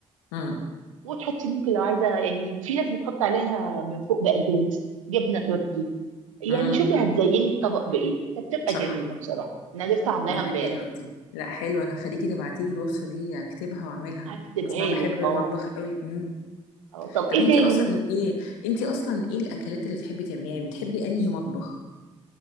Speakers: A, on the left; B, on the right.
A: امم
B: وتحطي ممكن لو عايزة يعني في ناس بتحط عليها من فوق بقدونس جبنة تركي يعني
A: امم
B: شوفي هتزيني الطبق بايه فبتبقى
A: صح
B: جميلة بصراحة انا لسه عاملاها
A: لا
B: امبارح
A: حلوه دي لا حلوه انا خليكي تبعتي لي الوصفه دي اكتبها واعملها
B: هكتبها
A: اصلا انا
B: لك
A: بحب المطبخ
B: اه
A: قوي امم
B: اه طب
A: طب
B: ايه
A: انتي
B: تاني
A: اصلا
B: ممكن
A: ايه انتي اصلا ايه الاكلات اللي بتحبي تعمليها يعني بتحبي انهي مطبخ